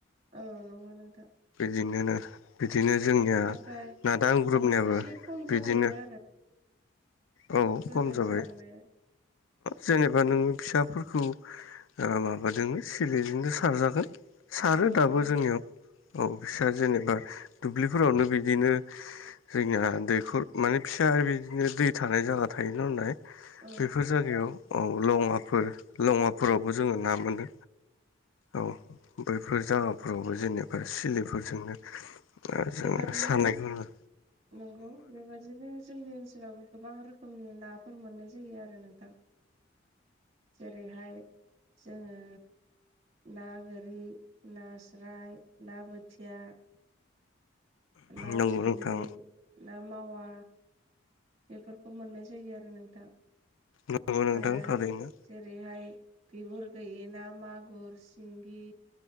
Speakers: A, on the right (about 30°); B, on the left (about 75°).
A: औ नंगौ नोंथां।
B: बिदिनो बि बिदिनो जोंनिया
A: नाथाय
B: नादां ग्रुपनियाबो
A: एसे खम
B: बिदिनो
A: जालांबाय
B: औ।
A: जों
B: जाबाय
A: सारनाया
B: जेनेबा नोङो फिसाफोरखौ ओ माबाजोंनो सिलिजोंनो सारजागोन सारो
A: औ
B: दाबो
A: औ
B: जोंनियाव औ बिस्रा जेनेबा दुब्लिफोरावनो बिदिनो। जोंनिया दैखर माने फिसा बिदिनो दै थानाय जागोन। थायोना नानलाय
A: औ
B: बेफोर जायगायाव। औ लङाफोर लङाफोरावबो जोङो ना मोनो। औ बैफोर जागाफोरावबो जेनेबा सिलिफोरजोंनो। जोङो
A: बेबादिनो
B: सानायखौ नु
A: नंगौ बेबादिनो जोंनि ओनसोलावबो गोबां रोखोमनि। नाफोर मोननाय जायो आरो नोंथां। जेरैहाय जोङो। ना गोरै नास्राय ना बोथिया। ना
B: नंगौ
A: फिथिख्रि
B: नोंथां
A: ना मावा। बेफोरखौ मोननाय जायो आरो नोंथां।
B: नंगौ नोंथां
A: आरो
B: थारैनो
A: जेरैहाय बिगुर गैयि ना मागुर सिंगि